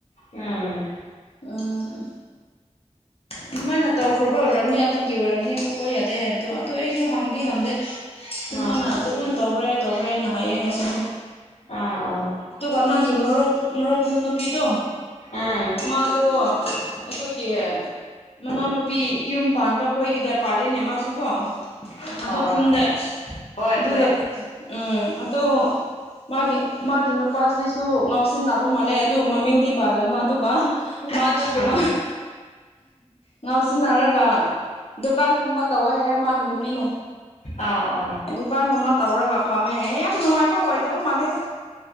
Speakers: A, on the left; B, on the left.
A: ꯎꯝ
B: ꯎꯝ ꯑꯗꯨꯃꯥꯏꯅ ꯇꯧꯈ꯭ꯔꯕ ꯑꯣꯏꯔꯝꯅꯤ ꯑꯗꯨꯒꯤ ꯑꯣꯏꯔꯝꯅꯤ ꯊꯣꯛꯄ ꯌꯥꯗꯦ ꯍꯥꯏꯕꯗꯣ ꯑꯗꯨ ꯑꯩꯁꯨ ꯍꯪꯗꯤ ꯍꯪꯗꯦ ꯁꯃꯅ
A: ꯑꯥ
B: ꯑꯗꯨꯃꯥꯏꯅ ꯇꯧꯔ ꯇꯧꯈ꯭ꯔꯦ ꯇꯧꯈ꯭ꯔꯦ ꯍꯥꯏꯅ ꯍꯥꯏꯌꯦ ꯉꯁꯤꯗꯤ
A: ꯑꯥ ꯑꯣ
B: ꯑꯗꯨꯒ ꯅꯪꯒꯤ ꯃꯔꯣꯔꯣꯛ ꯃꯔꯣꯔꯣꯛ ꯅꯨꯨꯄꯤꯗꯣ
A: ꯎꯝ ꯑꯥ
B: ꯃꯥꯗꯣ ꯑꯩꯈꯣꯏꯒꯤ ꯃꯅꯥꯎꯅꯨꯄꯤ ꯌꯨꯝ ꯄꯥꯟꯕ ꯑꯩꯈꯣꯏꯒꯤꯗ ꯄꯥꯜꯂꯤꯅꯦ ꯃꯥꯁꯨ ꯀꯣ ꯑꯗꯨ
A: ꯑꯥ
B: ꯈꯨꯟꯗ
A: ꯍꯣꯏ
B: ꯑꯗꯨꯗ
A: ꯍꯣꯏ
B: ꯎꯝ ꯑꯗꯣ ꯃꯥꯒꯤ ꯃꯥꯒꯤ ꯅꯨꯄꯥꯁꯤꯁꯨ ꯉꯥꯎꯁꯤꯟꯅꯟꯅꯕ ꯃꯥꯜꯂꯦ ꯑꯗꯨ ꯃꯃꯤꯡꯗꯤ ꯄꯥꯜꯂꯅꯨ ꯑꯗꯨꯒ ꯃꯥꯗꯨ ꯀꯩꯅꯣ
A: ꯑꯥ ꯑꯥ
B: ꯉꯥꯎ ꯁꯤꯟꯅꯔꯒ ꯗꯨꯀꯥꯟꯒꯨꯝꯕ ꯇꯧꯋꯍ ꯃꯥꯒꯤ ꯅꯨꯄꯤꯅ
A: ꯑꯥ ꯑ
B: ꯗꯨꯀꯥꯟꯒꯨꯝꯕ ꯇꯧꯔꯒ ꯐꯝꯃꯦ ꯍꯦ ꯌꯥꯝ ꯅꯨꯡꯉꯥꯏꯕ ꯑꯣꯏꯗꯕ ꯃꯥꯜꯂꯦꯗ